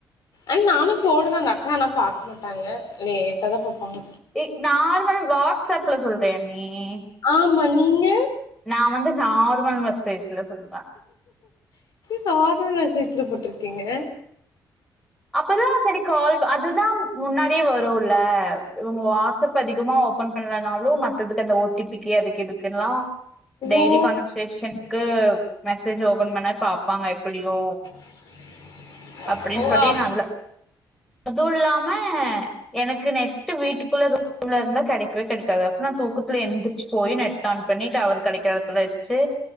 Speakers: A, on the left; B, in the centre.
A: அன் நானு போடுவே அந்த அக்கா ஆனா பாக்க மாட்டாங்க லேட்டாதா பாப்பாங்க
B: எ நார்மல் வாட்ஸ்அப்ல சொல்றியா நீ ம்
A: ஆமா நீங்க
B: நா வந்து நார்மல் மெசேஜ்ல சொல்றேன்
A: சாத நெனச்சி சீச்சல போட்டிருக்கீங்க
B: அப்பதா சரி கால் அதுதா முன்னாடியே வரும்ல இவங்க வாட்ஸ்அப் அதிகமா ஓபன் பண்ணலனாலு மத்ததுக்கு அந்த ஓ டி பிக்கு அதுக்கு இதுக்குல்லா டெய்லி
A: ஓ
B: கன்வெர்சஷனக்கு மெசேஜ் ஓபன் பண்ணா பாப்பாங்க எப்படியு
A: <inaudible>
B: அப்டின்
A: ஓ
B: சொல்லி
A: அப்
B: நா அதல அதும் இல்லாம எனக்கு நெட்டு வீட்டுக்குள்ள ரூம்லருந்தா கெடைக்வே கெடைக்காது அப்ப நா தூக்க த்துல எந்திரிச்சு போய் நெட் ஆன் பண்ணி டவர் கெடைக்ற எடத்துல வச்சு